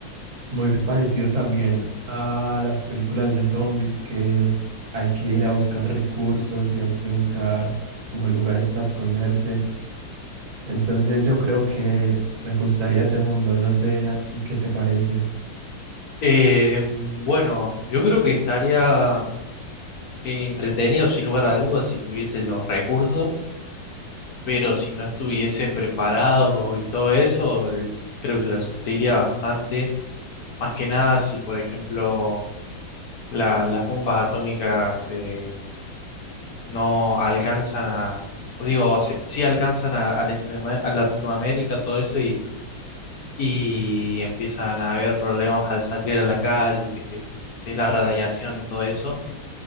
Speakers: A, on the right; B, on the left.
A: muy parecido también a las películas de zombies que hay que ir a buscar recursos y hay que buscar como lugares para esconderse. Entonces yo creo que me gustaría ese mundo, no sé a ti qué te parece.
B: Eh, bueno, yo creo que estaría eh, entretenido sin lugar a dudas si tuviese los recursos, pero si no estuviese preparado y todo eso, el- creo que la sufriría bastante. Más que nada si, por ejemplo, la- las bombas atómicas eh, no alcanzan a, o digo, sí, sí alcanzan a, a Latinoam- a Latinoamérica, todo eso, y, y empiezan a haber problemas al salir a la calle, y que te, de la radiación y todo eso.